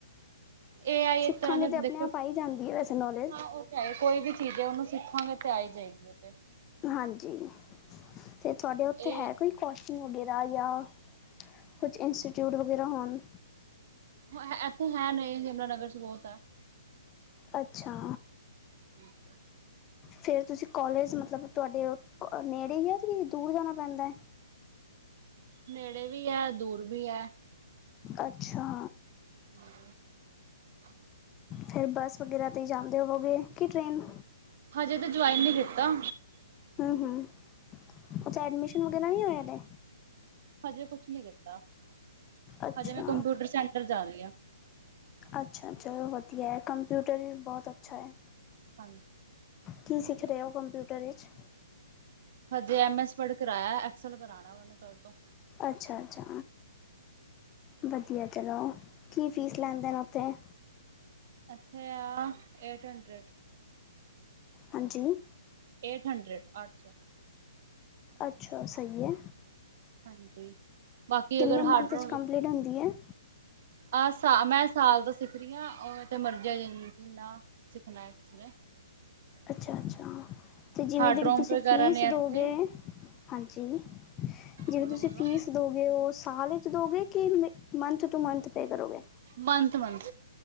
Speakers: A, on the right; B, on the left.
A: ਏ ਆਈ ਏਸ
B: ਸਿੱਖਾਂਗੇ
A: ਤਰਾਂ ਦਾ
B: ਤਾਂ ਆਪਣੇ
A: ਦੇਖੋ,
B: ਆਪ ਆ ਹੀ ਜਾਂਦੀ ਹੈ ਵੈਸੇ ਨੌਲੇਜ
A: ਹਾਂ ਓ ਚਾਏ ਕੋਈ ਵੀ ਚੀਜ਼ ਐ ਓਨੂੰ ਸਿੱਖਾਂਗੇ ਤੇ ਆਈ ਜਾਏਗੀ ਓ ਤੇ।
B: ਹਾਂਜੀ, ਤੇ ਤੁਆਡੇ ਓਥੇ
A: ਇਹ
B: ਹੈ ਕੋਈ। ਕੋਚਿੰਗ ਵਗੈਰਾ ਜਾਂ ਕੁਝ ਇੰਸਟੀਟਿਊਟ ਵਗੈਰਾ ਹਨ।
A: ਹਾਂ ਐਥੇ ਹੈ ਨਈ ਯਮੁਨਾਨਗਰ ਚ ਬੋਤ ਆ।
B: ਅੱਛਾ।
A: ਠੀਕ ਆ।
B: ਫੇਰ ਤੁਸੀਂ ਕੋਲੇਜ ਮਤਲਬ ਤੁਆਡੇ ਨੇੜੇ ਈ ਐ ਤੇ ਕੀ ਦੂਰ ਜਾਨਾ ਪੈਂਦਾ।
A: ਨੇੜੇ ਵੀ ਐ ਦੂਰ ਵੀ ਐ।
B: ਅੱਛਾ।
A: ਨੇੜੇ
B: ਫਿਰ ਬੱਸ ਵਗੈਰਾ ਤੇ ਈ ਜਾਂਦੇ ਹੋਵੋਗੇ ਕੇ ਟ੍ਰੇਨ
A: ਹਜੇ ਤਾਂ ਜੁਆਇਨ ਨੀ ਕੀਤਾ।
B: ਹੂੰ-ਹੂੰ, ਅੱਛਾ ਐਡਮਿਸ਼ਨ ਵਗੈਰਾ ਨੀ ਹੋਏ ਹਲੇ।
A: ਹਜੇ ਕੁਛ ਨੀ ਦਿੱਤਾ,
B: ਅੱਛਾ
A: ਹਜੇ ਮੈਂ ਕੰਪਿਊਟਰ ਸੈਂਟਰ ਜਾਨੀ ਆਂ।
B: ਅੱਛਾ ਚਲੋ ਵਦੀਆ ਕੰਪਿਊਟਰ ਵੀ ਬੋਤ ਅੱਛਾ ਐ।
A: ਹਾਂਜੀ।
B: ਕੀ ਸਿੱਖ ਰੇ ਓ ਕੰਪਿਊਟਰ ਏਚ?
A: ਹਜੇ ਐੱਮ ਐੱਸ ਵਰਡ ਕਰਾਇਆ, ਐਕਸਲ ਕਰਾਣਾ ਓਨੇ ਕੱਲ ਤੋਂ।
B: ਅੱਛਾ-ਅੱਛਾ। ਵਧੀਆ ਚਲੋ, ਕੀ ਫੀਸ ਲੈਂਦੇ ਨੇ ਓਥੇ?
A: ਐਥੇ ਆ ਏਟ ਹੰਡਰਟ।
B: ਹਾਂਜੀ
A: ਏਟ ਹੰਡਰਡ, ਅੱਠ ਸੌ।
B: ਅੱਛਾ, ਸਹੀ ਏ।
A: ਹਾਂਜੀ ਬਾਕੀ
B: ਕਿੰਨੇ
A: ਅਗਰ
B: ਮੰਥ
A: ਹਾਰਡਰੋ
B: ਚ ਕੰਪਲੀਟ ਹੁੰਦੀ ਏ?
A: ਆਹ ਸਾਲ, ਮੈਂ ਸਾਲ ਦਾ ਸਿੱਖ ਰੀ ਆ ਓਵੇਂ ਤੇ ਮਰਜੀ ਆ ਜਿ -ਜਿਨਾਂ ਸਿੱਖਣਾ ਏ ਕਿਸੀ ਨੇ।
B: ਅੱਛਾ - ਅੱਛਾ। ਤੇ ਜਿਵੇਂ
A: ਹਾਰਡ
B: ਜੇੜੀ
A: ਰੋਮ
B: ਤੁਸੀਂ
A: ਵਗੈਰਾ
B: ਫੀਸ
A: ਨੇ ਇੱਥੇ
B: ਦੋ ਗੇ, ਹਾਂਜੀ। ਜਿਵੇਂ
A: ਬੋਲੋ
B: ਤੁਸੀਂ
A: ਬੋਲੋ
B: ਫੀਸ ਦੋਗੇ ਓ ਸਾਲ ਇਚ ਦੋਗੇ ਕਿ ਮੰਥ ਟੂ ਮੰਥ ਪੇ ਕਰੋਗੇ?
A: ਮੰਥ ਮੰਥ